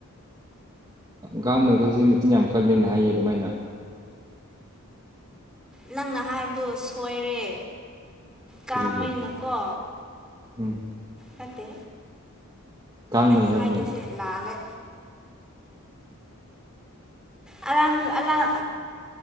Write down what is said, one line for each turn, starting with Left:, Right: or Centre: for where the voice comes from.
Right: ꯒꯥꯡꯃꯩꯍꯣꯏꯁꯦ ꯃꯆꯤꯟ ꯌꯥꯝ ꯀꯜꯂꯦꯅ ꯍꯥꯏꯌꯦ ꯑꯗꯨꯃꯥꯏꯅ
Centre: ꯅꯪꯅ ꯍꯥꯏꯕꯗꯣ ꯁꯣꯏꯔꯦ ꯀꯥꯃꯩꯅꯀꯣ
Right: ꯀꯔꯤꯒꯤ ꯎꯝ
Centre: ꯅꯠꯇꯦ
Right: ꯒꯥꯡꯃꯩ
Centre: ꯑꯩꯅ
Right: ꯍꯥꯏꯕꯅꯦ
Centre: ꯍꯥꯏꯗꯣꯏꯁꯦ ꯂꯥꯜꯂꯦ ꯑꯔꯥꯟ ꯑꯔꯥꯟ